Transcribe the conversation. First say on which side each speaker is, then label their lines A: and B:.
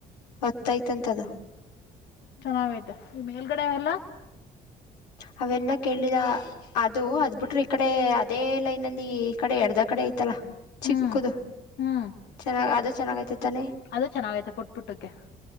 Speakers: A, on the left; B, on the left.
A: ಹೊತ್ತಾಯ್ತಂತ ಅದು
B: ಚೆನ್ನಾಗೈತೆ ಮೇಲ್ಗಡೆ ಎಲ್ಲ
A: ಹ ಅವೆಲ್ಲ ಕೇಳಿದ ಅದು ಅದ್ ಬಿಿಟ್ರ ಈ ಕಡೆ ಅದೇ ಲೈನ್ಲ್ಲಿ ಈ ಕಡೆ ಎರದ ಕಡೆ ಐತಲ್ಲ. ಚಿಕ್ಕದು
B: ಹ್ಮ್ ಹ್ಮ್
A: ಚೆನ್ನಾಗ ಅದು ಚೆನ್ನಾಗೈತೆ. ತಾನೆ
B: ಅದು ಚೆನ್ನಾಗೈತೆ ಪುಟ್ ಪುಟ್ಟಕ್ಕೆ.